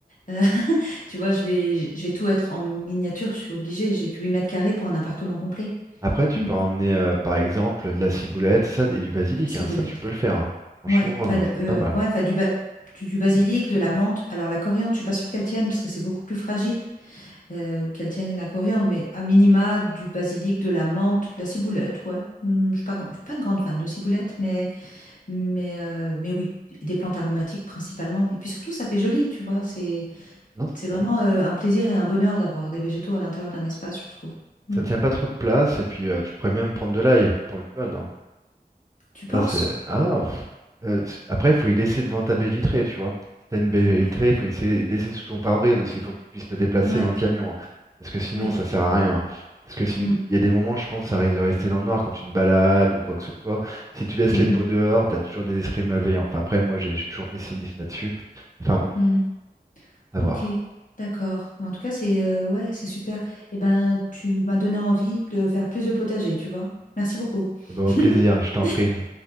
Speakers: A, on the left; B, on the right.
A: Euh, <laughs> tu vois, je vais, je vais tout être en miniature. Je suis obligée. J'ai que 8 mètres carrés pour un appartement complet.
B: Après, tu
A: Hmm,
B: peux emmener, euh, par exemple, de la ciboulette, ça, et du basilic,
A: la ciboulette.
B: hein, ça, tu peux le faire. hein. Franchement,
A: Ouais, bah
B: euh,
A: de-
B: c'est
A: euh,
B: pas mal.
A: ouais, enfin du, ba- du, du basilic, de la menthe. Alors la coriandre, je suis pas sûre qu'elle tienne parce que c'est beaucoup plus fragile. euh, qu'elles tiennent la coriandre, mais à minima du basilic, de la menthe, la ciboulette, ouais. Hmm, Je ne suis pas, je suis pas une grande fan de ciboulette, mais, mais, euh, mais oui, des plantes aromatiques principalement. Et puis surtout, ça fait joli, tu vois. C'est,
B: Non, c'est
A: c'est vraiment
B: ça.
A: euh, un plaisir et un bonheur d'avoir des végétaux à l'intérieur d'un espace, je trouve. Hmm.
B: Ça tient pas trop de place et puis euh, tu pourrais même prendre de l'ail pour le fun. hein.
A: Tu penses?
B: Ça c'est ah. pff. Euh, c- après, il faut y laisser devant ta baie vitrée, tu vois. Si t'as une baie
A: Ouais.
B: vitrée, il faut y laisser, y laisser sous ton pare-brise aussi. Il faut que tu puisses le déplacer
A: Ouais,
B: dans le camion. hein. Parce que sinon,
A: oui.
B: ça sert à rien. hein. Parce que sinon-
A: Hmm,
B: il y a des moments, je pense, ça risque de rester dans le noir quand tu te balades ou quoi que ce soit. Si tu laisses
A: hmm,
B: les
A: hmm,
B: pots dehors, t'as toujours des esprits malveillants. Enfin, après, moi, j'ai- je suis toujours pessimiste là-dessus. Enfin bon,
A: hmm.
B: à voir.
A: Ok, d'accord. Bah, en tout cas, c'est euh, ouais, c'est super. Eh ben, tu m'as donné envie de faire plus de potager, tu vois. Merci beaucoup.
B: Et ben, au
A: <laughs>
B: plaisir, je t'en prie.